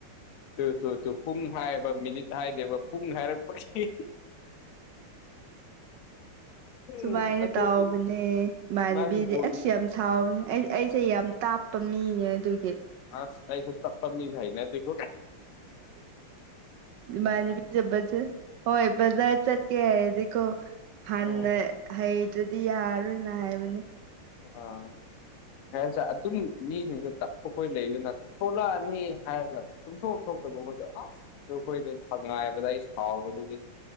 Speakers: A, on the left; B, on the right.
A: ꯇꯨ ꯇꯨ ꯇꯨ ꯄꯨꯡ ꯍꯥꯏꯌꯦꯕ ꯃꯤꯅꯤꯠ ꯍꯥꯏꯗꯦꯕ ꯄꯨꯡ ꯍꯥꯏꯔꯛꯄꯒꯤ꯫ ꯎꯝ
B: ꯁꯨꯃꯥꯏꯅ
A: ꯑꯗꯨꯒꯤ
B: ꯇꯥꯎꯕꯅꯦ ꯏꯃꯥꯟꯅꯕꯤꯗꯤ
A: ꯅꯪ ꯕꯣꯜꯒꯤ
B: ꯑꯁ ꯌꯥꯝ ꯌꯥꯝ ꯁꯥꯎꯕꯅꯦ ꯑꯩ ꯑꯩꯁꯦ ꯌꯥꯝ ꯇꯥꯞꯄ ꯃꯤꯅꯦ ꯑꯗꯨꯒꯤ
A: ꯑꯁ ꯀꯥꯏ ꯁ ꯇꯞꯄ ꯃꯤ ꯍꯥꯏꯏꯅꯀꯣ
B: ꯃꯥꯅꯤꯕꯤ ꯆꯖꯕ ꯆ ꯍꯣꯏ ꯖꯔ ꯆꯠꯀꯦ ꯍꯥꯏꯀꯣ ꯍꯥꯟꯅ
A: ꯑꯣ
B: ꯍꯩꯇ꯭ꯔꯗꯤ ꯌꯥꯔꯣꯏꯅ ꯍꯥꯏꯕꯅꯤ꯫
A: ꯑꯥ ꯍꯥꯏꯁꯦ ꯑꯗꯨꯝ ꯃꯤꯁꯤꯡꯁꯦ ꯇꯞꯄꯈꯣꯏ ꯂꯩꯗꯅ ꯊꯣꯛꯂꯛꯑ ꯍꯥꯏꯔꯒ ꯁꯨꯝꯊꯣꯛ ꯊꯣꯛꯇꯕ ꯃꯣꯏꯗꯣ ꯑꯁ ꯑꯩꯈꯣꯏꯗ ꯁꯉꯥꯏꯕꯗ ꯑꯩ ꯁꯥꯎꯕꯩꯗꯨꯗꯤ